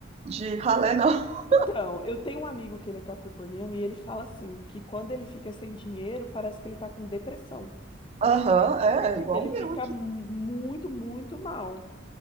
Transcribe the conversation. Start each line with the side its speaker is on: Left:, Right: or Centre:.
Right: de ralé, não. <laughs>
Left: Então, eu tenho um amigo que ele é capricorniano e ele fala assim, que quando ele fica sem dinheiro, parece que ele tá com depressão,
Right: Aham, é, é igual
Left: que ele
Right: o
Left: fica
Right: meu aqui.
Left: mu- muito, muito mal.